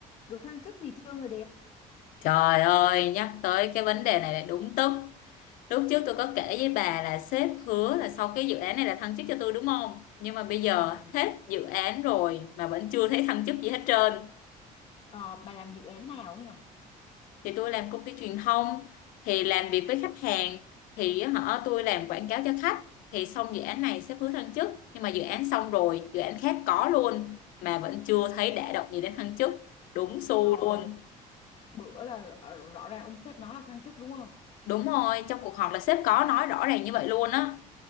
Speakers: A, on the left; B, on the left.
A: được thăng chức gì chưa người đẹp
B: Trời ơi, nhắc tới cái vấn đề này là đúng tức. Lúc trước tôi có kể với bà là sếp hứa là sau cái dự án này là thăng chức cho tôi đúng không? Nhưng mà bây giờ
A: ừ.
B: hết dự án rồi mà vẫn chưa thấy thăng chức gì hết trơn.
A: ờ, bà làm dự án nào ấy nhở
B: Thì tôi làm công ty truyền thông, thì làm việc với khách hàng, thì họ tôi làm quảng cáo cho khách. Thì xong dự án này sếp hứa thăng chức, nhưng mà dự án xong rồi, dự án khác có luôn mà vẫn chưa thấy đả động gì đến thăng chức. Đúng xu
A: trời
B: luôn.
A: bữa là rõ, rõ ràng ông sếp nói là thăng chức đúng không
B: Đúng rồi, trong cuộc họp là sếp có nói rõ ràng như vậy luôn á.